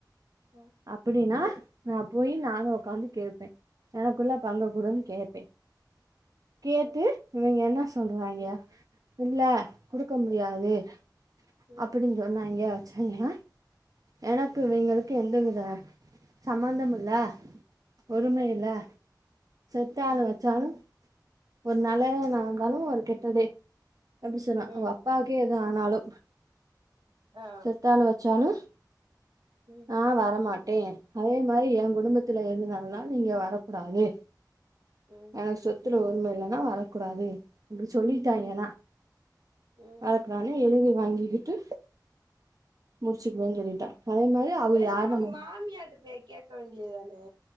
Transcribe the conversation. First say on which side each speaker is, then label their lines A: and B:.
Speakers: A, on the right (about 85°); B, on the right (about 50°).
A: ம்
B: அப்படின்னா நா போயி நானு ஒக்காந்து கேப்பே எனக்குள்ள பங்க குடும்ன்னு கேப்பே கேட்டு
A: ம்
B: இவங்க என்னா சொல்றாங்க இல்ல குடுக்க முடியாது
A: ம்
B: அப்டின்னு சொன்னாய்ங்க வச்சாய்ங்கனா எனக்கு
A: ம்
B: இங்களுக்கு எந்த வித சம்பந்தமில்ல உரிம
A: ஆ
B: இல்ல செத்தாலு
A: ம்
B: வச்சாலு ஒரு நெல நாங்களாலு ஒரு கெட்டதே எப்படி சொன்னா
A: ம்
B: அப்பாவுக்கே எது ஆனாலு
A: ஆ
B: செத்தாலு வ ச்சாலு
A: ம்
B: நா வரமாட்டே அதே மாரி ஏ
A: ம்
B: குடும்பத்துல ஏது நடந்தாலு நீங்க வரக்கூடாது
A: ம்
B: எனக்கு சொத்துல உரிம இல்லன்னா வரக்கூடாது இப்டி சொல்லிட்டாய்ங்கன்னா
A: ம் ம்
B: வரக்கூடாதுனு
A: ம்
B: எழுதி வாங்கிக்கிட்டு முடிச்சிக்கவே சொல்லிட்டா அதே மாரி அவ
A: பேசாமா
B: யாரு நம்ம
A: உங்க மாமியார்ட்ட போய் கேக்க வேண்டியதான